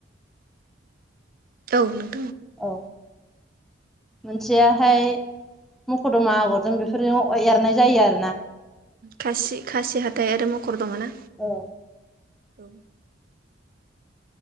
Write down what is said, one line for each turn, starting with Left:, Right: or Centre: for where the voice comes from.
Right: औ नों
Centre: अ मोनसेयाहाय मखदमा आगरजों बेफोरजों एरनाय जायो आरोना
Right: खासि खासि हाथाइ आरो मखर दमा ना
Centre: औ
Right: औ